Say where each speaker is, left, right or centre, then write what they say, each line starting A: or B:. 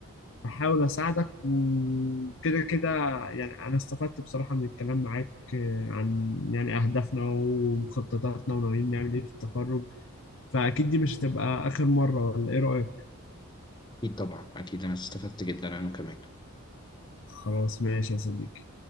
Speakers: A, on the left (about 55°); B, on the left (about 20°).
A: احاول اساعدك وكده كده يعني انا استفدت بصراحه من الكلام معاك آه، عن يعني اهدافنا ومخططاتنا وناويين نعمل ايه في التخرج فاكيد دي مش هتبقى اخر مره ولا ايه رايك
B: اكيد طبعا اكيد انا استفدت جدا انا كمان
A: خلاص ماشي يا صديقي